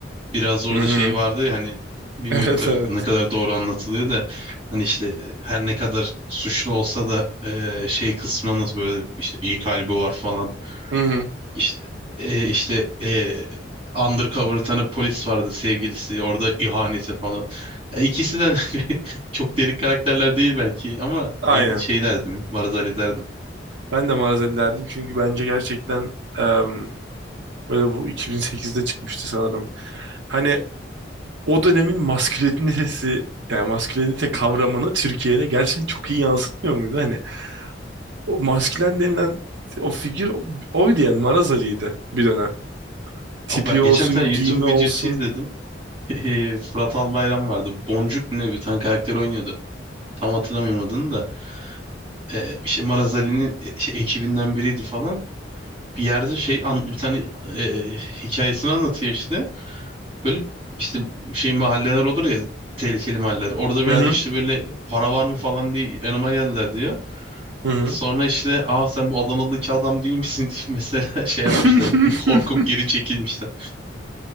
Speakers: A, on the right; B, on the right.
A: Biraz orada
B: Hı hı.
A: şey vardı ya hani bilmiyorum
B: Evet
A: tabii
B: evet.
A: ne kadar doğru anlatılıyor da hani işte her ne kadar suçlu olsa da e, şey kısmını anlatıyor böyle işte iyi kalbi var falan.
B: Hı hı.
A: İşte e, işte e, undercover bir tane polis vardı sevgilisi orada ihaneti falan. Ya ikisi de <laughs> çok derin karakterler değil belki ama
B: Aynen.
A: ben şey derdim Marzali derdim.
B: Ben de Maraz Ali derdim çünkü bence gerçekten em, böyle bu 2008'de çıkmıştı sanırım. Hani o dönemin maskülenitesi yani maskülenite kavramını Türkiye'de gerçekten çok iyi yansıtmıyor muydu? Hani o maskülen denilen o figür o- oydu yani Maraz Ali'ydi bir dönem. Tipi
A: Abi ben
B: olsun,
A: geçen bir tane YouTube
B: giyimi olsun.
A: videosu izledim. <laughs> E, Fırat Albayram vardı. Boncuk mu ne bir tane karakter oynuyordu. Tam hatırlamıyorum adını da. E, işte Marazali'nin e, şey, ekibinden biriydi falan. Bir yerde şey an, bir tane e, hikayesini anlatıyor işte. Böyle işte şey mahalleler olur ya tehlikeli mahalleler. Orada bir
B: Hı
A: yerde
B: hı.
A: işte böyle para var mı falan diye yanıma geldiler diyor.
B: Hı hı.
A: Sonra işte aa sen bu Adanalı iki adam değil misin <laughs> diye mesela şey yapmışlar.
B: <laughs>
A: Korkup geri çekilmişler.